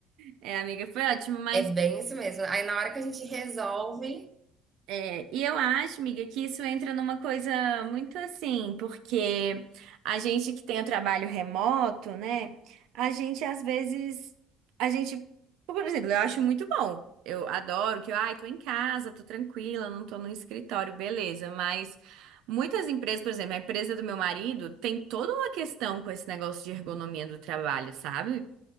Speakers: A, on the right (about 70°); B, on the right (about 25°).
A: É, amiga, foi ótimo, mas
B: É
A: é,
B: bem isso mesmo. Aí na hora que a gente resolve,
A: É, e eu acho, amiga, que isso entra numa coisa muito assim, porque a gente que tem o trabalho remoto, né? A gente às vezes, a gente, por exemplo, eu acho muito bom. Eu adoro que eu, ai, tô em casa, tô tranquila, não tô no escritório, beleza. Mas muitas empresas, por exemplo, a empresa do meu marido tem toda uma questão com esse negócio de ergonomia do trabalho, sabe?